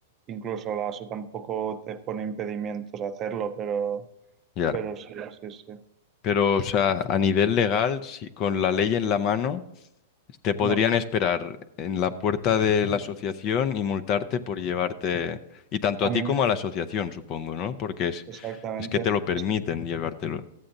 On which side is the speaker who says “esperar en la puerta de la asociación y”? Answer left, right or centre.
Left